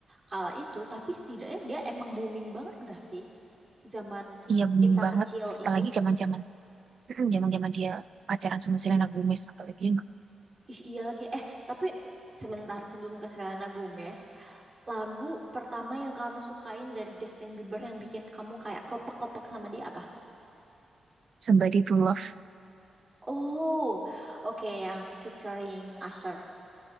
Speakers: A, on the right; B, on the right.
A: kala itu, tapi setidaknya dia emang booming banget nggak sih zaman
B: iya bening
A: kita
B: banget
A: kecil
B: apalagi
A: itu.
B: zaman zaman zaman zaman <clears throat> dia pacaran sama Selena Gomez apalagi yang
A: Ih, iya lagi. Eh, tapi sebentar sebelum ke Selena Gomez, lagu pertama yang kamu sukain dari Justin Bieber yang bikin kamu kayak kelepek-kelepek sama dia apa?
B: Somebody to Love
A: Oh, oke yang featuring Usher.